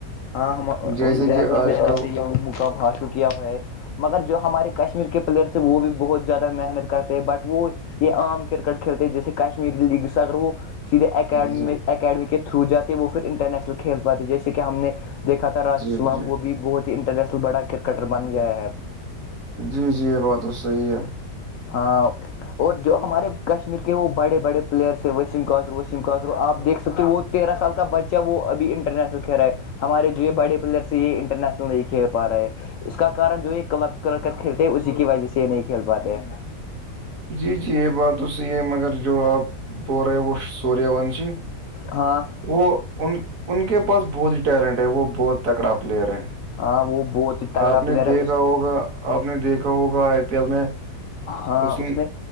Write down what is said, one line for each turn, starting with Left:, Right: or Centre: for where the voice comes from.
Left: ہاں انہوں
Right: جیسے کہ آج
Left: نے
Right: کل
Left: سے یہ مقام حاصل کیا ہو ہے مگر جو ہمارے کشمیر کے پلیئرس ہیں وہ بھی بہت زیادہ محنت کرتے ہیں بٹ وہ یہ عام کرکٹ کھیلتے جیسے کشمیری لیگ اگر وہ سیدھے اک
Right: جی
Left: اکیڈمی کے تھرو جاتے وہ پھر انٹرنیشنل کھیل پاتے جیسے کہ ہم نے دیکھا تھا راشد
Right: جی
Left: سلام
Right: جی
Left: وہ بھی بہت ہی انٹرنیشنل بڑا کرکٹر بن گیا ہے
Right: جی جی یہ بات تو صحیح ہے
Left: ہ اور جو ہمارے کشمیر کے وہ بڑے بڑے پلیئرس ہے وسیم کاجرو وسیم کاجرو آپ دیکھ سکتے ہو وہ تیرہ سال کا بچہ ہے وہ اب انٹرنیشنل کھیل رہ ہے ہمارے جو یہ بڑے پلیئرس یہ انٹرنیشنل نہیں کھیل پا رہے اس کا کن جو یہ کلب کر کر کھیلتے ہیں اسی کی وجہ سے یہ نہیں کھیل پاتے
Right: جی جی یہ بات تو صحیح ہے مگر جو آپ بول رہے ہیں وہ سوریہ ونشی
Left: ہاں <unintelligible>
Right: وہ ان ان کے پاس بہت ہی ٹیلنٹ ہے وہ بہت تکڑا پلیئر ہے
Left: ہاں وہ بہت ہی تگڑا
Right: آپ نے
Left: پلیئر
Right: دیکھا
Left: ہے اس
Right: ہوگا آپ نے دیکھا ہوگا آ میں
Left: ہاں
Right: اس
Left: نے